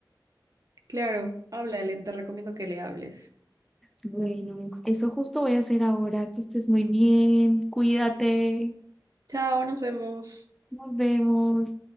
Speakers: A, on the right; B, in the centre.
A: Claro, háblale, te recomiendo que le hables.
B: Bueno, eso justo voy a hacer ahora. Que estés muy bien, cuídate,
A: Chao, nos vemos.
B: nos vemos.